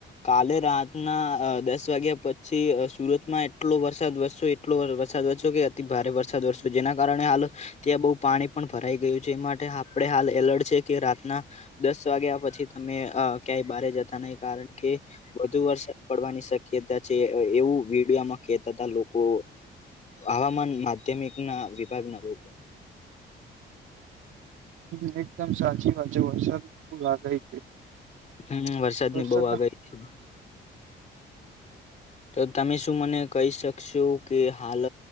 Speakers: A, on the left; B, on the right.
A: કાલે રાતના દસ વાગ્યા પછી સુરતમાં એટલો વરસાદ વરસ એટલો વરસાદ વ કે અતિ ભારે વરસાદ વરસ્યો જેના કારણે હાલ ત્યાં બહુ પાણી પણ ભરાઈ ગયું છે એ માટે આપણે હાલ એલર્ટ છે કે રાતના દસ વાગ્યા પછી તમે ક્યાંય બારે જતા નહ કારણ કે વધુ વરસાદ પડવાની શક્યતા છે એવું વિડયોમાં કેતા હતા લોકો હવામાન માધ્યમિક ના વિભાગના લોકો
B: હ એકદમ સાચી વાત છે વરસાદુ લાગાય છે
A: હમ વરસાદની
B: વરસાદના
A: બહ આગળ છે તો તમે શું મને કહી શકશો કે હાલ